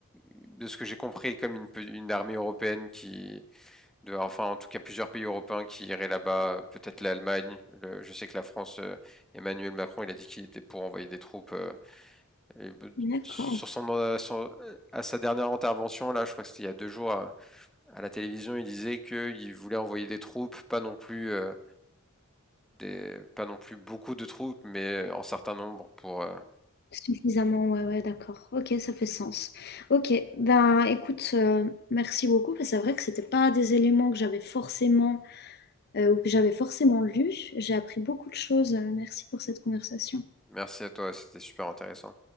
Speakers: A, in the centre; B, on the left (about 45°).
A: de ce que j'ai compris comme une pe- une armée européenne qui de enfin en tout cas plusieurs pays européens qui iraient là-bas, euh, peut-être l'Allemagne, le- je sais que la France euh, Emmanuel Macron, il a dit qu'il était pour envoyer des troupes euh, et euh,
B: D'accord.
A: sur son, à, son, euh, à sa dernière intervention, là, je crois que c'était il y a deux jours à, à la télévision, il disait qu'il voulait envoyer des troupes, pas non plus euh, des, pas non plus beaucoup de troupes, mais en certain nombre pour. euh,
B: Suffisamment, ouais, ouais, d'accord. Ok, ça fait sens. Ok, ben écoute, euh, merci beaucoup. parce que C'est vrai que c'était pas des éléments que j'avais forcément euh, ou que j'avais forcément lus. J'ai appris beaucoup de choses. Euh, Merci pour cette conversation.
A: Merci à toi, c'était super intéressant.